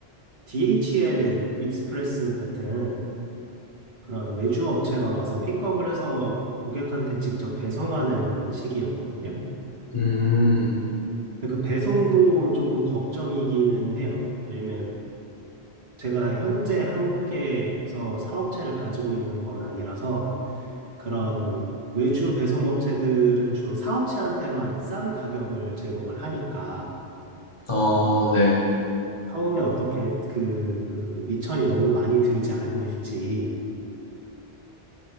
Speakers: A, on the right; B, on the left.
A: DHL 익스프레스 같은 그런 외주 업체가 와서 픽업을 해서 고객한테 직접 배송하는 시기였거든요.
B: 음,
A: 근데 그 배송도 조금 걱정이기는 해요. 왜냐면 제가 현재 한국에서 사업체를 가지고 있는 건 아니라서 그런 외주 배송업체들은 주로 사업체한테만 싼 가격을 제공을 하니까
B: 아, 네.
A: 처음에 어떻게 그 미천이 너무 많이 들지 않을지